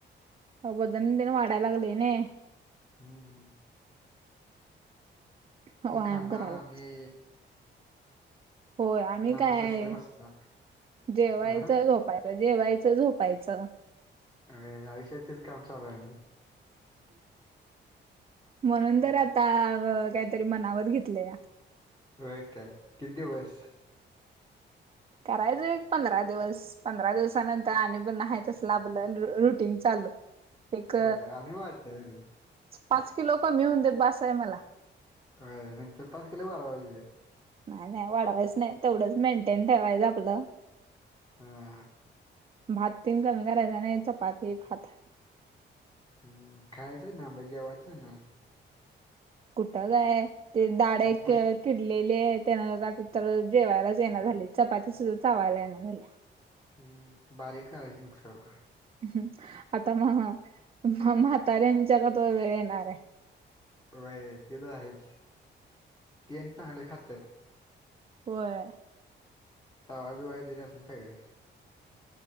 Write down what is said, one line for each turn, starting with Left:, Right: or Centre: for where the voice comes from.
Right: अ वजन तेन वाढाय लागलय नाई.
Left: हू हू. ते
Right: व्यायाम
Left: खानार
Right: करायला
Left: आम्ही
Right: होय आम्ही काय?
Left: नाही तसंच बसणार
Right: जेवायच
Left: हा
Right: झोप बाय बाय जेवायचं, झोपायचं.
Left: अरे आयुष्यात तेच काम चालू हाय म.
Right: म्हणून तर आता काहीतरी मनावर घेतलंया.
Left: व्हय काय? किती दीवस?
Right: करायचं एक पंधरा दिवस, पंधरा दिवसानंतर आणि पुन्हा हाय तसच चला आपल रुटीन चालू. एक
Left: होय आणि वाढलंय
Right: पाच कीलो कमि होवून दे बास हाय मला.
Left: अ नंतर पाच केिलो वाढवायचं.
Right: नाही नाही वाढवायच नाही, तेवढंच मेंटेन ठेवायचं आपलं.
Left: हां.
Right: भात तेन कमी करायचा, नाही चपाती, भात
Left: हम्म, खायच ना, मग जेवायचं ना.
Right: कुठं काय, ती दाड एक.
Left: उपवास
Right: किडलेले आहे, त्यान आता तर जेवायलाच येईना झाली. चपाती सुद्धा चावायला येईना झाली.
Left: हम्म, बारीक करायची मिक्सर ला.
Right: हम, आता महा, म्हाताऱ्यांच्या गत वेळ येणार आहे.
Left: वय ते तर आहेच, ते चांगले खातात.
Right: होय.
Left: चावय-बिवाय ते अस सगळे.